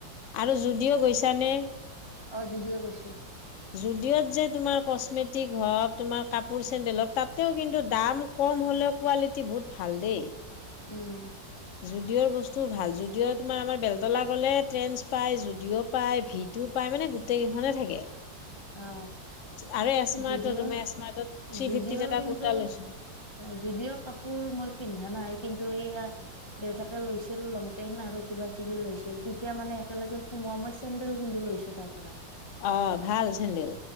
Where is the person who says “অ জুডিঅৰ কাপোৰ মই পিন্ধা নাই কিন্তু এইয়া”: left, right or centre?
Left